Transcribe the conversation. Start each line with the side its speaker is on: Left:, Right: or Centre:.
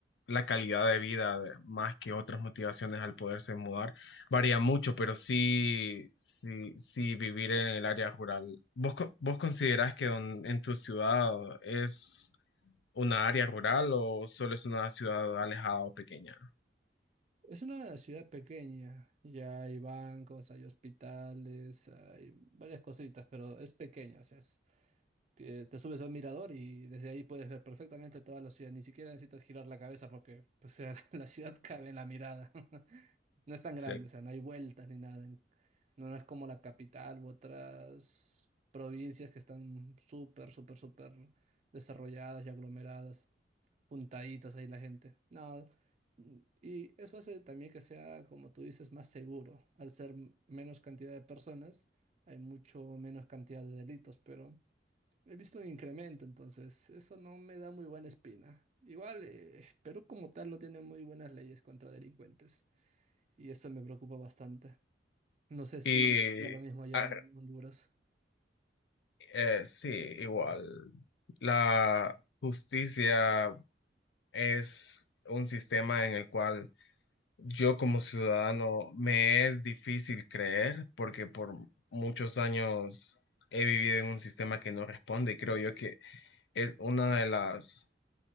Left: la calidad de vida de- más que otras motivaciones al poderse mudar. Varía mucho, pero sí, sí, sí vivir en el área rural. ¿Vos, co- vos considerás que don- en tu ciudad es una área rural o solo es una ciudad alejada o pequeña?
Right: Es una ciudad pequeña, ya hay bancos, hay hospitales, hay varias cositas, pero es pequeña, o sea, es- Te, te subes a un mirador y desde ahí puedes ver perfectamente toda la ciudad. Ni siquiera necesitas girar la cabeza porque pues, <laughs> la ciudad cabe en la mirada. <laughs> No es tan grande,
Left: Excel-
Right: o sea, no hay vueltas ni nada. En- No, no es como la capital u otras provincias que están súper, súper, súper desarrolladas y aglomeradas, juntaditas ahí la gente. No, mm, y eso hace también que sea, como tú dices, más seguro. Al ser m- menos cantidad de personas, hay mucho menos cantidad de delitos, pero... He visto un incremento, entonces eso no me da muy buena espina. Igual, eh, Perú como tal no tiene muy buenas leyes contra delincuentes y eso me preocupa bastante. No sé si
Left: Y
Right: sea lo mismo allá
Left: ah,
Right: en Honduras.
Left: eh, sí, igual. La justicia es un sistema en el cual yo como ciudadano me es difícil creer porque por muchos años he vivido en un sistema que no responde y creo yo que es una de las